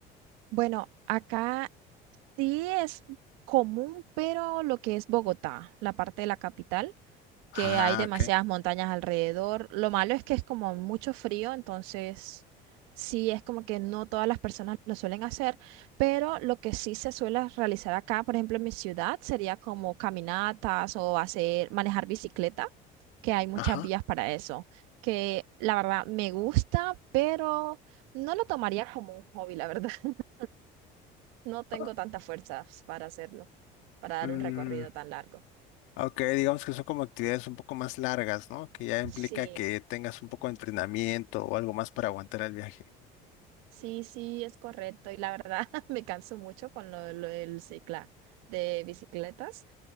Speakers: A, on the right; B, on the left.
A: Bueno, acá sí es común, pero lo que es Bogotá, la parte de la capital. que
B: Ah,
A: hay demasiadas
B: ok.
A: montañas alrededor. Lo malo es que es como mucho frío, entonces sí es como que no todas las personas lo suelen hacer, pero lo que sí se suele realizar acá, por ejemplo, en mi ciudad, sería como caminatas o hacer, manejar bicicleta, que hay muchas
B: Ajá.
A: vías para eso, que la verdad me gusta, pero no lo tomaría como un hobby, la verdad. <laughs> No tengo
B: Ah,
A: tantas fuerzas para hacerlo, para dar
B: mm,
A: un recorrido tan largo.
B: ok, digamos que son como actividades un poco más largas, ¿no? Que ya implica
A: Sí.
B: que tengas un poco de entrenamiento o algo más para aguantar el viaje.
A: Sí, sí, es correcto. Y la verdad <laughs> me canso mucho con lo, lo del cicla de bicicletas,